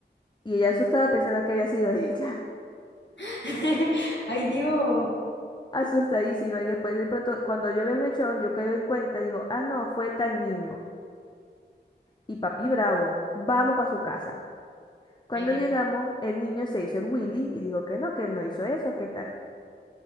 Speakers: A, on the left (about 25°); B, on the left (about 75°).
A: Y ella asustada pensando que había sido <laughs> ella.
B: <laughs> Ay, Dios.
A: Asustadísima. Y después de pronto, cuando yo veo el mechón, yo caigo en cuenta y digo, ah, no, fue tal niño. Y papi bravo, vamos para su casa. Cuando
B: Ay, Dios.
A: llegamos, el niño se hizo el Willy y dijo que no, que él no hizo eso, ¿qué tal?